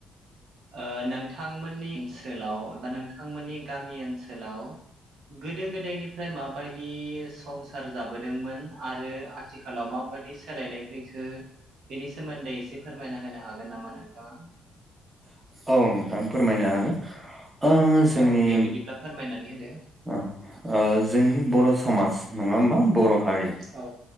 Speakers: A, on the right (about 60°); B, on the right (about 20°).
A: ओ नोंथांमोननि ओनसोलाव बा नोंथांमोननि गामि ओनसोलाव गोदो गोदायनिफ्राय माबायदि संसार जाबोदोंमोन आरो थिखालाव माबाददि सोलायनाय फैखो बेनि सोमोन्दै एसे फोरमायना होनो हागोन नामा नोंथाङा
B: औ नोंथां फोरमायनो हागोन ओ जोंनि
A: औ दे बिदिब्ला फोरमायनानै होदो
B: ओ जोंनि बर' समाज नङा होमबा बर' हारि
A: औ